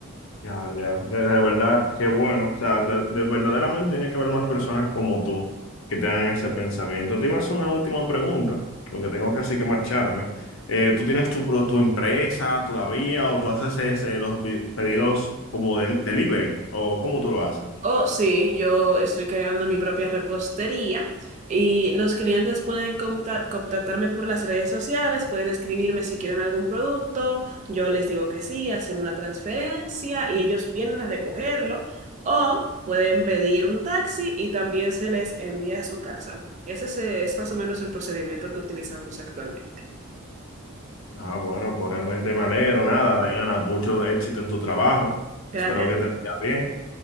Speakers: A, on the left; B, on the right.
A: Ya, ya, de de verdad, qué bueno. O sea, de, de- verdaderamente tiene que haber más personas como tú que tengan ese pensamiento. Te iba a hacer una última pregunta, porque tengo casi que marcharme. Eh, ¿tú tienes tu, pro- tu empresa todavía o tú haces ese- los pi- pedidos como del delivery o cómo tú lo haces?
B: Oh, sí, yo estoy creando mi propia repostería y los clientes pueden conta- contactarme por las redes sociales, pueden escribirme si quieren algún producto, yo les digo que sí, hacen una transferencia y ellos vienen a recogerlo o pueden pedir un taxi y también se les envía a su casa. Ese es, eh, es más o menos el procedimiento que utilizamos actualmente.
A: Ah, bueno, pues realmente me alegro. Nada, Diana, mucho éxito en tu trabajo.
B: Gracias.
A: Espero que te vaya bien.